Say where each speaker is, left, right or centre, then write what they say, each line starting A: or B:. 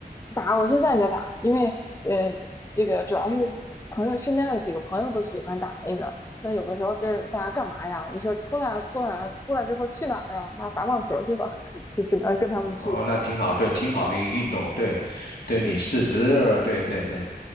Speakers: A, on the left; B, on the left.
A: 打我现在也打，因为呃这个主要是朋友身边的几个朋友都喜欢打那个，那有的时候就是大家干嘛呀？你说出来啊出来啊，出来之后去哪儿啊？那打网球去吧，<laughs> 就只能跟他们去了。
B: 哦，那挺好，对，挺好的一个运动，对，对你四肢，
A: 嗯。
B: 对对对